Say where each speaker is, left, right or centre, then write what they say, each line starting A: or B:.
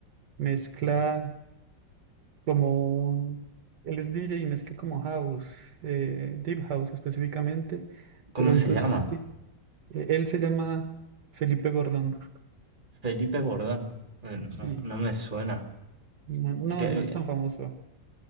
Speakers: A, on the right; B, on the right.
A: Mezcla como... un- Él es DJ y mezcla como house, eh, deep house específicamente.
B: ¿Cómo
A: Pero entonces
B: se llama?
A: sí, eh, él se llama Felipe Gordón.
B: Felipe Bordón. Eh, no,
A: Sí,
B: no me suena.
A: no, no,
B: Que-
A: él no es tan famoso.